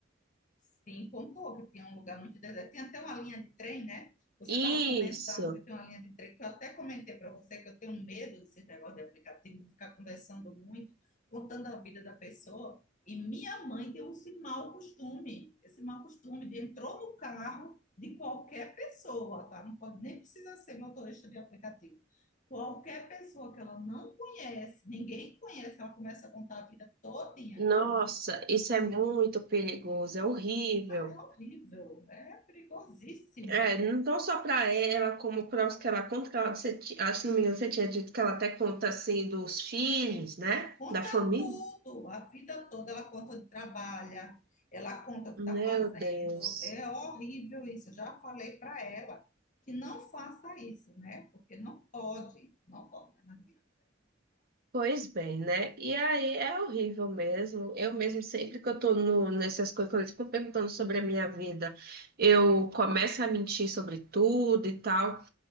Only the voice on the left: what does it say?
Sim, pontuou que tinha um lugar muito deserto. Tem até uma linha de trem, né? Você
estava comentando que tem uma linha de trem, que eu até comentei para você que eu tenho medo desse negócio de aplicativo, de ficar conversando muito, contando a vida da pessoa. E minha mãe tem esse mau costume, esse mau costume de entrou no carro de qualquer pessoa, tá? Não pode nem precisa ser motorista de aplicativo. Qualquer pessoa que ela não conhece, ninguém conhece, ela começa a contar a vida todinha.
É uma, abs-
é horrível, é perigosíssimo.
Conta
tudo, a vida toda. Ela conta onde trabalha, ela conta o que
está fazendo.
É horrível isso. Eu Já falei para ela que não faça isso, né? Porque não pode, não pode, mas não adianta. É complicado.